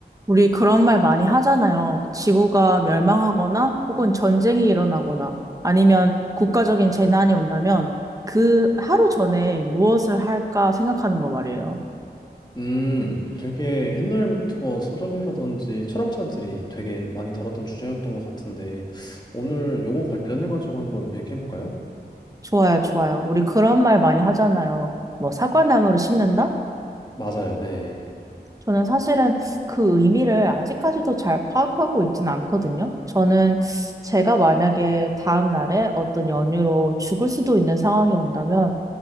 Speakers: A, on the right (about 20°); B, on the left (about 25°).
A: 우리 그런 말 많이 하잖아요. 지구가 멸망하거나 혹은 전쟁이 일어나거나 아니면 국가적인 재난이 온다면 그 하루 전에 무엇을 할까 생각하는 거 말이에요.
B: 음, 되게 옛날부터 서적이라든지 철학자들이 되게 많이 다뤘던 주제였던 것 같은데, 오늘 요거 관련해가지고 한번 얘기해볼까요?
A: 좋아요, 좋아요. 우리 그런 말 많이 하잖아요. 뭐 사과나무를 심는다?
B: 맞아요, 네.
A: 저는 사실은 그 의미를 아직까지도 잘 파악하고 있지는 않거든요. 저는 제가 만약에 다음 날에 어떤 연유로 죽을 수도 있는 상황이 온다면